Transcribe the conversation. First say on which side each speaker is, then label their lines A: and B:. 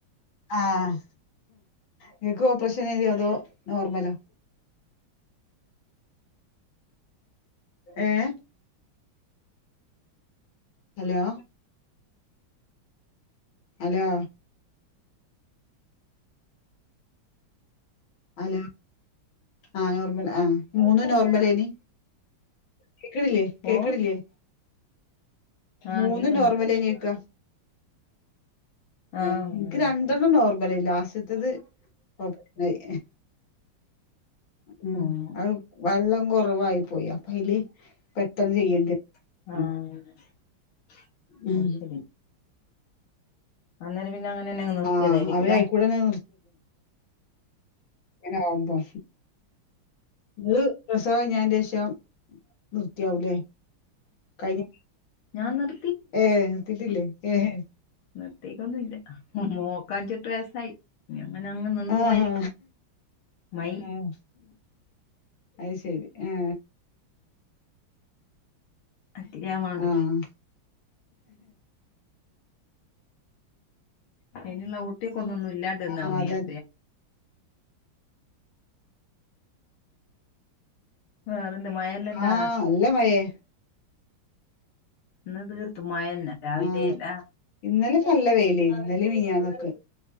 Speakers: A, on the left (about 70°); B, on the left (about 85°).
A: ആഹ് ഇങ്ങക്കു ഓപ്രഷനേന്യോ അതോ നോർമലോ ഏഹ് ഹലോ ഹലോ അലോ ആ നോർമൽ ആഹ മൂന്നു നോർമലന് കേക്കണില്ലേ കേക്കാണില്ലേ
B: ഓ ആഹ്
A: മൂന്ന്
B: കേക്കുന്നുണ്ട്
A: നോർമലേനിക്ക
B: ആഹ്
A: എനിക്ക്
B: നോർമലാ
A: രണ്ടെണ്ണം നോർമ പറല ലാസത്തത് ഓപ്പനായി ഉം
B: ആഹ്
A: അത് വെള്ളം കുറവായി പോയി അപ്പൊ അതില് പെട്ടെന്ന് ചെയ്യേണ്ടി
B: ആഹ
A: വന്നു. ഉം
B: ആ ശരി അന്നേരം പിന്നെ അങ്ങനെന്നെങ്ങ് നിർത്തിയതായിരിക്കുംലേ
A: ആഹ് അവര് അയിക്കൂടെന്നെ ങ്ങനെ <inaudible> നി രസവം കിഞ്ഞ ശേഷം നിർത്തിയാകൂല്ലേ കഴിഞ്ഞ
B: ഞാൻ നിർ
A: ഏ നിർത്തിട്ടില്ലേ എഹെ
B: നിർത്തിക്കൊന്നില്ല മോക്ക അഞ്ചിട്ട വയസായിനി അങ്ങനെ അങ്ങങ് നിന്ന
A: ആഹാ
B: പോവായിരിക്കും മൈ
A: ആഹ് അത് ശരി ആഹ
B: അതിഞ്ഞാവേണ്ട്
A: ആഹ്
B: അയ്നുള്ള ഊട്ടീക്കൊന്നും ഇല്ലാണ്ടിരുന്നാ
A: ആഹ്
B: മതി
A: അതന്നെ
B: <unintelligible> വേറെന്തെ മയേല്ലെണ്ടൊ
A: ആഹ് നല്ല മഴേ
B: ഇന്നു തീർത്തു മയന്നെ രാവിലെ
A: ആഹ്
B: ലാ
A: ഇന്നലെക്കെ നല്ല വെയിലെ ഇന്നലേം മിനിയാന്നൊക്കെ